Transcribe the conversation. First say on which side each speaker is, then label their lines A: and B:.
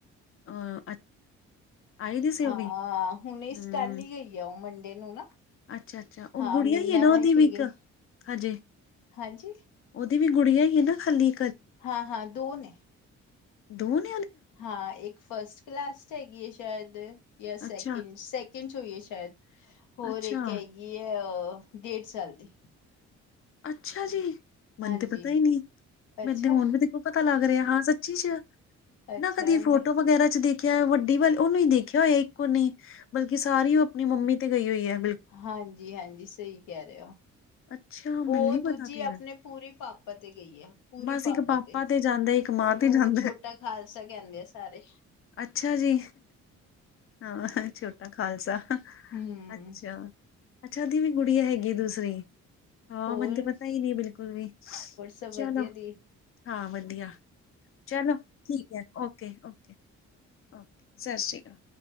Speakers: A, on the left (about 45°); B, on the left (about 90°).
A: ਅ <inaudible> ਦੀ ਸੀ
B: ਹਾਂ
A: ਉਹ ਵੀ
B: ਹੁਣ
A: ਹਮ
B: ਕੱਲ ਹੀ ਗਈ ਆ ਉਹ ਮੰਡੇ ਨੂੰ ਨਾ
A: ਅੱਛਾ ਅੱਛਾ ਉਹ
B: ਹਾਂ
A: ਗੁੜੀਆਂ
B: ਮਿੰਨਾ
A: ਹੀ ਹੈ ਨਾ
B: ਰਹਿ
A: ਉਹਦੀ
B: ਕੇ
A: ਵੀ ਇੱਕ
B: ਗਏ
A: ਹਜੇ
B: ਹਾਂਜੀ
A: ਉਹ ਦੀ ਵੀ ਗੁੜੀਆਂ ਹੀ ਨਾ ਖਾਲੀ?
B: ਹਾਂ, ਹਾਂ ਦੋ ਨੇ
A: ਦੁਨ
B: ਹਾਂ ਇੱਕ ਫਸਟ ਕਲਾਸ ਚ ਹੈਗੀ ਏ ਸ਼ਾਇਦ, ਜਾਂ ਸੈਕਿੰਡ
A: ਅੱਛਾ
B: ਚ ਸੈ ਸੈਕੰਡ ਚ ਹੋਈ ਏ ਸ਼ਾਇਦ, ਹੋਰ
A: ਅੱਛਾ
B: ਇੱਕ ਹੈਗੀ ਹੈ ਡੇਢ ਸਾਲ ਦੀ।
A: ਅੱਛਾ ਜੀ ਮੈਨੂੰ
B: ਹਾਂਜੀ
A: ਤੇ ਪਤਾ ਹੀ ਨਹੀਂ
B: ਅੱਛਾ
A: ਮੈਨੂੰ ਤੇ ਹੁਣ ਵੀ ਦੇਖੋ ਪਤਾ ਲੱਗ ਰਿਹਾ ਹਾਂ ਸੱਚੀ ਚ
B: ਅੱਛਾ
A: ਨਾ ਕਦੀ ਫੋਟੋ
B: ਨਹੀਂ
A: ਵਗੈਰਾ ਚ ਦੇਖ ਖਿਆ ਵੱਡੀ ਵੱਲ ਉਹਨੂੰ ਹੀ ਦੇਖਿਆ ਹੋਇਆ ਇੱਕੋ ਨਹੀਂ ਬਲਕਿ ਸਾਰੀ ਉਹ ਆਪਣੀ ਮੰਮੀ ਤੇ ਗਈ ਹੋਈ ਏ
B: ਹਾਂਜੀ ਹਾਂਜੀ ਸਹੀ ਕਹਿ ਰਹੇ ਹੋ
A: ਅੱਛਾ ਮੈਨੂੰ
B: ਉਹ
A: ਨੀ ਪਤਾ
B: ਦੂਜੀ
A: ਫੇਰ
B: ਆਪਣੇ ਪੂਰੀ ਪਾਪਾ ਤੇ ਗਈ ਆ ਪੂਰੀ
A: ਬਸ
B: ਪਾਪਾ
A: ਇੱਕ
B: ਤੇ
A: ਜਾਂਦਾ ਇੱਕ
B: ਉਹਨੂੰ
A: ਮਾਂ ਤੇ ਜਾਂਦਾ
B: ਉਹ ਛੋਟਾ
A: ਹੈ।
B: ਖਾਲਸਾ ਕਹਿੰਦੇ ਆ ਸਾਰੇ
A: ਅੱਛਾ ਜੀ ਹਾਂ ਛੋਟਾ ਖਾਲਸਾ
B: ਹੂੰ
A: ਅੱਛਾ ਅੱਛਾ ਉਹਦੀ ਵੀ ਗੁੜੀਆਂ ਹੈਗੀ ਆ ਦੂਸਰੀ ਹਾਂ
B: ਹੋਰ-ਹੋਰ
A: ਮੈਨੂੰ ਪਤਾ ਹੀ ਨਹੀਂ ਬਿਲਕੁਲ ਵੀ
B: ਸਭ ਵਧੀਆ
A: ਚਲੋ
B: ਦੀ
A: ਹਾਂ ਵਧੀਆ ਚਲੋ ਠੀਕ ਹੈ ਓਕੇ ਓਕੇ ਓਕੇ ਸਤਿ ਸ੍ਰੀ ਅਕਾਲ